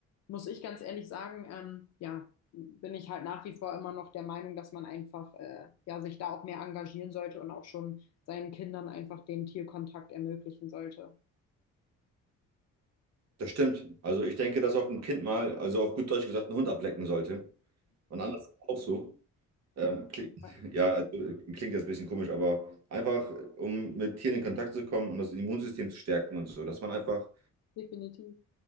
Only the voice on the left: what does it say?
muss ich ganz ehrlich sagen, ähm, ja, bin ich halt nach wie vor immer noch der Meinung, dass man einfach äh, ja, sich da auch mehr engagieren sollte und auch schon seinen Kindern einfach den Tierkontakt ermöglichen sollte.
Ja,
definitiv.